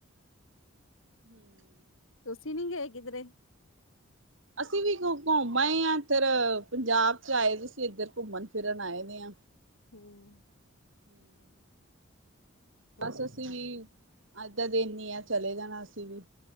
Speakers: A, on the right; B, on the left.
A: ਹਮ।
B: ਤੁਸੀ ਨੀ ਗਏ ਕਿਧਰੇ?
A: ਅਸੀਂ ਵੀ ਘੁੰਮ ਆਏ ਹਾਂ ਇੱਧਰ ਪੰਜਾਬ ਚ ਆਏ ਸੀ ਇੱਧਰ ਘੁੰਮਣ ਫਿਰਨ ਆਏ ਦੇ ਹਾਂ।
B: ਹੂੰ।
A: ਹਮ।
B: ਠੀਕ
A: ਬਸ ਅਸੀਂ
B: ਆ,
A: ਵੀ ਅੱਜ ਦਾ ਦਿਨ ਈ ਆ ਚਲੇ ਜਾਣਾ ਅਸੀਂ ਵੀ।